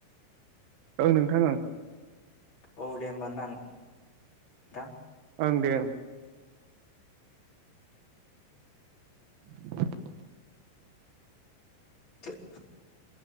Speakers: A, on the right; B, on the left.
A: ओं नोंथां ओं।
B: औ दे होमबा ना नोंथां।
A: ओं दे ओं। <inaudible>
B: <inaudible>